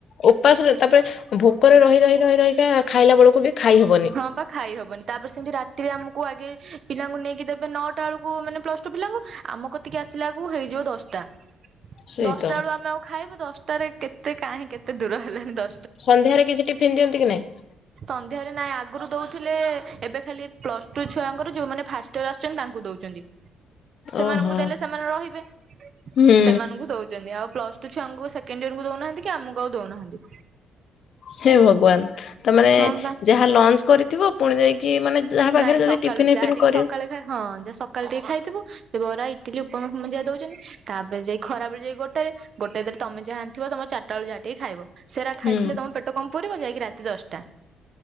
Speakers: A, on the left (about 60°); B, on the right (about 55°).
A: ଉପାସରେ ତାପରେ ଭୋକରେ ରହି ରହି ରହି ରହିକା ଖାଇଲା ବେଳକୁ ବି ଖାଇ ହବନି
B: ହଁ ପା ଖାଇ ହବନି ତାପରେ ସେମତି ରାତିରେ ଆମୁକୁ ଆଗେ ପିଲାଙ୍କୁ ନେଇକି ଦେବେ ନଅଟା ବେଳକୁ ମାନେ ପ୍ଲସ ଟୁ ପିଲାଙ୍କୁ ଆମ କତିକି ଆସିଲା ବଳକୁ ହେଇଯିବ ଦଶଟା।
A: ସେଇତ
B: ଦଶଟା ବେଳୁ ଆମେ ଆଉ ଖାଇବୁ ଦଶଟାରେ କେତେ କାହିଁ କେତେ ଦୂର ହେଲାଣି ଦ
A: ସନ୍ଧ୍ୟାରେ କିଛି ଟିଫିନ ଦିଅନ୍ତି କି ନାଇଁ?
B: ସନ୍ଧ୍ୟାରେ ନାଇଁ ଆଗରୁ ଦଉଥିଲେ ଏବେ ଖାଲି ପ୍ଲସ ଟୁ ଛୁଆଙ୍କର ଯୋଉମାନେ ଫାଷ୍ଟ ଇୟର ଆସୁଚନ୍ତି ତା ଙ୍କୁ ଦଉଚନ୍ତି ସେମାନଙ୍କୁ
A: ଓହୋ
B: ଦେଲେ ସେମାନେ ରହିବେ
A: ହୁଁ
B: ସେମାନଙ୍କୁ ଦଉଚନ୍ତି ଆଉ ପ୍ଲସ ଟୁ ଛୁଆକୁ ସେକେଣ୍ଡ ଇୟରକୁ ଦଉନାହାନ୍ତି କି ଆମକୁ ଆଉ ଦଉନାହାନ୍ତି।
A: ହେ ଭଗବାନ ତମାନେ
B: ହଁ ବା।
A: ଯାହା ଲଞ୍ଚ କରିଥିବ ପୁଣି ଯାଇକି ମାନେ ଯାହା ପାଖରେ
B: ନାଇଁ ସକାଳୁ
A: ଯଦି ଟିଫିନ
B: ଯାହା
A: ଫିଫିନ
B: ଟିକେ
A: କରିବ
B: ସକାଳୁ ଖା ହଁ ଜା ସକାଳୁ ଟିକେ ଖାଇଥିବୁ ସେ ବରା ଇଟିଲି ଉପମାସ ଫୁ ଯା ଦଉଚନ୍ତି ତାପରେ ଯାଇ ଖରାବେଳେ ଯାଇ ଗୋଟେରେ ଗୋଟେ ତୀରେ ତମେ ଯାହା ଆଣି ଥିବ ତମର ଚାରଟା ବେଳୁ ଯାହା ଟିକେ ଖାଇବ ସେରା ଖାଇଥିଲେ
A: ହୁଁ
B: ତମ ପେଟ କମ ପୁୁରିବ ଯାଇକି ରାତି ଦଶଟା।